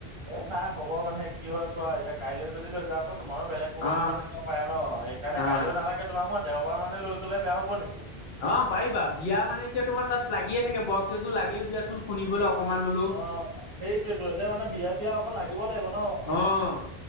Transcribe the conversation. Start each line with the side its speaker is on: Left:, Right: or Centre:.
Right: এ নাই হ'ব মানে কি হয় চোৱা, এতিয়া কাইলৈ যদি লৈ যাওঁ আকৌ তোমাৰো বেলেগ ক'ৰবাত
Left: অ',
Right: কিবা থাকিব পাৰে ন সেইকাৰণে
Left: অ'।
Right: কাইলৈ নালাগে, তোমাক মই দেওবাৰ মানে লৈ গ'লে বেয়া হব নেকি?
Left: অ পাৰিবা, বিয়া মানে এতিয়া তোমাৰ তাত লাগিয়ে থাকে বক্স এযোৰ লাগেও দিয়াচোন শুনিবলৈ অকমান হ'লেও।
Right: অ, সেইটোৱে তো এতিয়া মানে বিয়া-বিয়া অকণ লাগিব, লাগিব ন।
Left: অ',